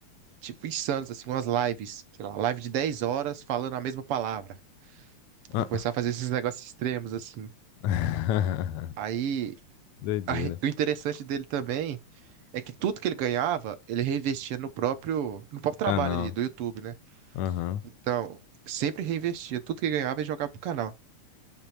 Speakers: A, on the right; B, on the left.
A: tipo, insanos, assim, umas lives, sei lá, live de 10 horas falando a mesma palavra.
B: Ah.
A: E começar a fazer esses negócios extremos, assim.
B: <laughs>
A: Aí,
B: Doideira.
A: <laughs> aí, o interessante dele também é que tudo que ele ganhava, ele reinvestia no próprio, no próprio trabalho
B: Canal.
A: ali do YouTube, né?
B: Aham.
A: Então, sempre reinvestia, tudo que ganhava e jogava pro canal.